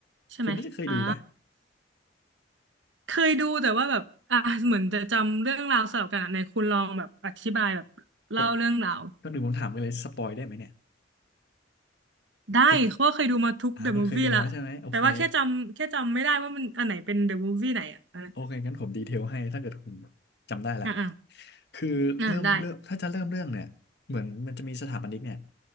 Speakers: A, on the right; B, on the left.
A: ใช่ไหมอ่า
B: คุณน่าจะเคยดูปะ
A: เคยดูแต่ว่าแบบอ่าเหมือนจะจำเรื่องราวสลับกันอ่ะในคุณลองแบบอธิบายแบบเล่าเรื่องราว
B: โอ้ก็ดูผมถามกันเลยสปอยได้ไหมเนี่ย
A: ได้เพราะว่าเคยดูมาทุกเดอะมูฟวี่ละแต่ว่าแค่จำแค่จำไม่ได้ว่ามันอันไหนเป็นเดอะมูฟวี่ไหนอ่ะอะไร
B: คุณอ่าคุณเคยดูแล้วใช่ไหมโอเค โอเคงั้นผมดีเทลให้ถ้าเกิดคุณจำได้ละ
A: อ่ะอ่ะ
B: คือเริ่มเริ่มถ้าจะเริ่มเรื่องเนี่ยเหมือนมันจะมีสถาปนิกเนี่ย
A: อ่ะได้